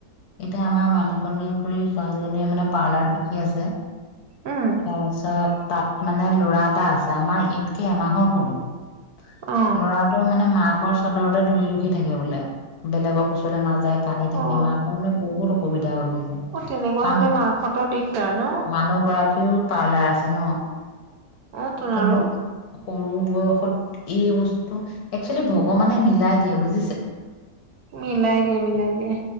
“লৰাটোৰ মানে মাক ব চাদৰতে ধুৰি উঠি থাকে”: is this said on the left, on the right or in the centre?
Left